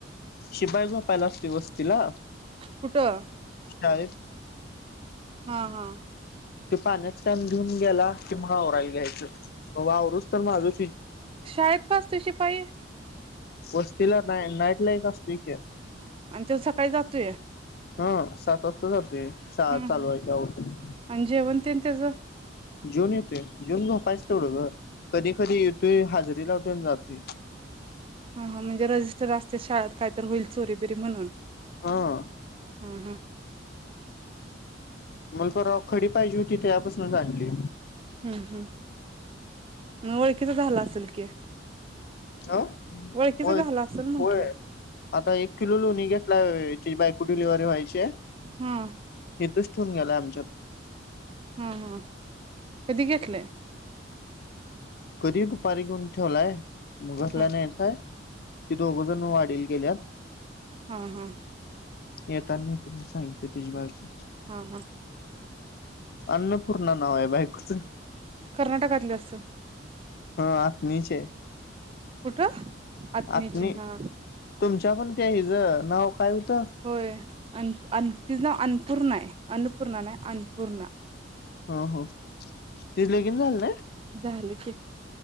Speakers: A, on the left (about 55°); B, on the right (about 30°).
A: शिपाय झोपायला असते वस्तीला
B: कुठं
A: शाळेत
B: हा हा
A: ते पाण्याच काम घेऊन गेला. की मग आवरायला घ्यायचं कव्हा आवरून तर माझा
B: शाळेत का असतोय शिपाई?
A: वस्तीला नाही, नाईट ला ऐक असतोय की.
B: आमच्यात सकाळी जातोय
A: हा सात वाजता जातोय. शाळा
B: हम्म
A: चालू व्हायचा अगोदर
B: आणि जेवण तेन तेज
A: जेऊन येतोय जेऊन जा पा तेवडं ग कधी कधी होय हाजरी लावतोय आणि जातोय.
B: हा म्हणजे रजिस्टर असते शाळात कायत होईल चोरी बिरी म्हणून.
A: हा
B: हा हा
A: मग फ खडी पाहिजे होती. ते तेजा पासनच आणलय
B: हम्म हम् मग ओळखीच झाला असेल की
A: आ
B: ओळखीचा
A: होय
B: झाला असेल म्हंटलं
A: होय आता एक किलो लोणी घेतलाय तेजी बायको डिलीव्हरी वव्हायची हाय.
B: हा
A: कठून गेला आमच्या
B: हा हा कधी घेेतलय
A: कधी दुपारी घेऊन ठवलाय मुगास ला
B: हा
A: न्ह्याचं आहे. ती दोघ जण वाडीला गेल्यात.
B: हा हा
A: येतान येतो म्हणून सांगितल्या तूझी बायको
B: हा हा
A: अन्न पूर्ण नाव आहे बायकोचं
B: कर्नाटकातली असंल
A: ह आत्मीची आहे
B: कुठं आथनी
A: आत्मी
B: ची हा,
A: तुमच्या पण त्या हिज नाव काय होतं
B: होय आण आण तिच नाव पूर्ण आहे अन्नपूर्णा नाही अन्पूर्णा.
A: हो हो तिचं लगिन झालं नाही
B: झालं की